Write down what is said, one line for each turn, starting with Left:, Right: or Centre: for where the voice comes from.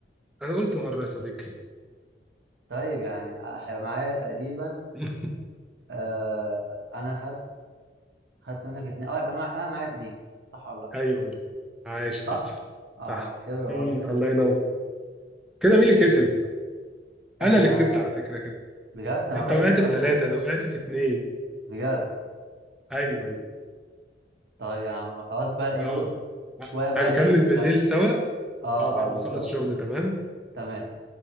Centre: انا قلت مرة يا صديقي
Right: طيب يعني آه معايا تقريبا
Centre: <laughs>
Right: آه انا خدت خدت منك اتنين اه يبقى انا معايا انا معايا اتنين صح ولا لا
Centre: ايوه عايش
Right: صح
Centre: صح
Right: اه
Centre: صح
Right: خبره
Centre: مم.
Right: برضه خبره
Centre: الله ينور كده مين اللي كسب
Right: احنا
Centre: انا اللي كسبت على فكرة كده
Right: بجد انا
Centre: انت
Right: وقعت
Centre: وقعت
Right: في سؤال
Centre: في ثلاثة
Right: فوق
Centre: انا وقعت في اتنين
Right: بجد
Centre: ايوه
Right: طيب يا عم خلاص بقى ايه
Centre: اه
Right: بص شوية بقى
Centre: هنكمل
Right: ايه ونكمل
Centre: بالليل سوا
Right: اه
Centre: اه بعد
Right: اه بالظبط
Centre: ما اخلص شغل تمام
Right: تمام